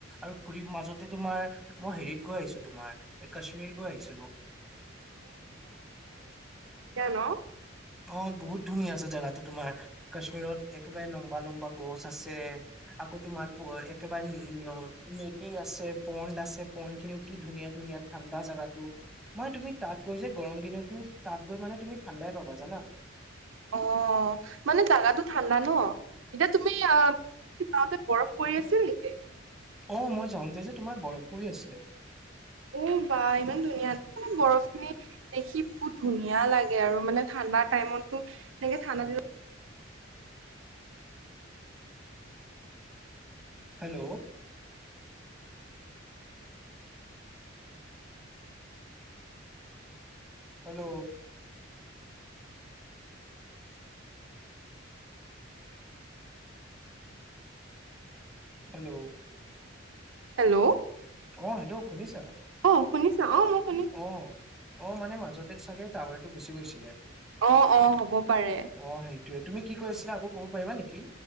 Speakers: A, in the centre; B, on the right.
A: আৰু ফুৰি মাজতে তোমাৰ মই হেৰিত গৈ আহিছোঁ তোমাৰ, এ কাশ্মীৰ গৈ আহিছিলোঁ।
B: কিয়নো?
A: অ', বহুত ধুনীয়া আছে জেগাতো তোমাৰ, কাশ্মীৰত একেবাৰে লম্বা লম্বা গছ আছে আকৌ তোমাৰ প, একেবাৰে নদী আছে, পণ্ড আছে, পণ্ড খিনিও কি ধুনীয়া ধুনীয়া। ঠাণ্ডা জাগাতো, মই তুমি তাত গৈ যে গৰম দিনতো তাত গৈ মানে তুমি ঠাণ্ডাই পাবা জানা।
B: অ', মানে জাগা ঠাণ্ডা ন, এতিয়া তুমি, অ' তুমি যাওঁতে বৰফ পৰি আছিল নেকি?
A: অ', মই যাওঁতে যে তোমাৰ বৰফ পৰি আছিলে।
B: উ বা ইমান ধুনীয়া ন, মানে বৰফ খিনি দেখি বহুত ধুনীয়া লাগে আৰু মানে ঠাণ্ডা টাইমতটো এনেকে ঠাণ্ডা দিনত
A: হেল্ল'। হেল্ল'। হেল্ল'।
B: হেল্ল'।
A: অ', হেল্ল' শুনিছা?
B: অ', শুনিছা অ', মোক
A: অ', অ', মানে মাজতে চাগে টাৱাৰটো গুচি গৈছিলে।
B: অ', অ', হ'ব পাৰে।
A: অ সেইটোয়ে তুমি কি কৈ আছিল আকৌ ক'ব পাৰিবা নেকি?